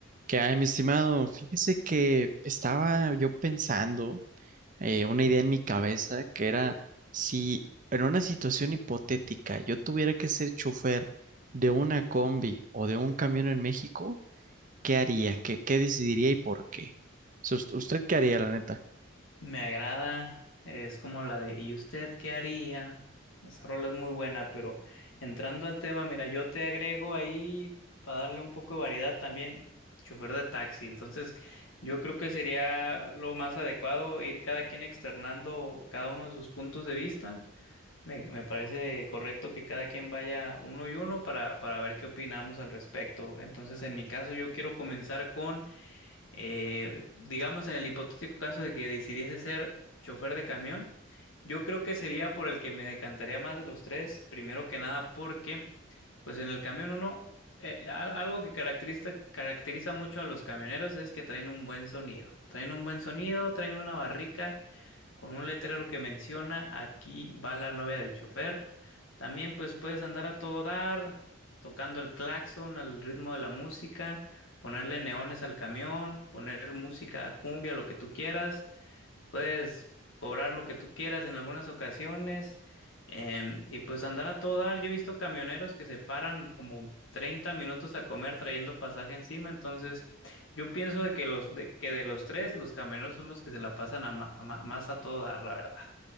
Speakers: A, on the right; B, on the left.
A: ¿Qué hay, mi estimado? Fíjese que estaba yo pensando eh, una idea en mi cabeza que era si en una situación hipotética yo tuviera que ser chofer de una combi o de un camión en México, ¿qué haría? ¿Qué, qué decidiría y por qué? O sea, ¿Usted usted qué haría, la neta?
B: Me agrada, es como la de ¿Y usted qué haría? Esa rola es muy buena, pero entrando al tema, mira, yo te agrego ahí para darle un poco de variedad también, chofer de taxi. Entonces, yo creo que sería lo más adecuado ir cada quien externando cada uno de sus puntos de vista. Me, me parece correcto que cada quien vaya uno y uno para, para ver qué opinamos al respecto. Entonces, en mi caso, yo quiero comenzar con eh, digamos, en el hipotético caso de que decidiese ser chofer de camión, yo creo que sería por el que me decantaría más de los tres, primero que nada porque, pues en el camión uno, eh, al- algo que caracteriza, caracteriza mucho a los camioneros es que traen un buen sonido, traen un buen sonido, traen una barrica con un letrero que menciona, aquí va la novia del chofer. También pues puedes andar a todo dar, tocando el claxon al ritmo de la música ponerle neones al camión, poner música a cumbia, lo que tú quieras, puedes cobrar lo que tú quieras en algunas ocasiones em, y pues andar a todo dar. Yo he visto camioneros que se paran como 30 minutos a comer trayendo pasaje encima, entonces yo pienso de que los de, que de los tres, los camioneros son los que se la pasan a ma- a ma- más a todo dar, la verdad.